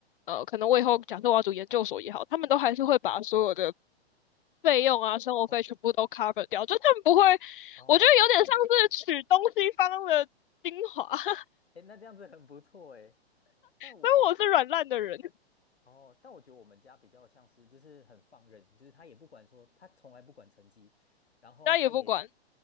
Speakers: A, on the left; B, on the left.
A: 呃，可能我以后假设我要读研究所也好，他们都还是会把所有的费用啊、生活费全部都
B: 哦
A: cover 掉，就他们不会，
B: 哦，
A: 我觉得有点像是取东西方的精华，
B: 了解，
A: <laughs> 所
B: 哎，那这样子很不错哎，但我
A: 以我是软烂的人，
B: 哦，但我觉得我们家比较像是就是很放任，就是他也不管说，他从来不管成绩，然后他也，
A: 大家也不管。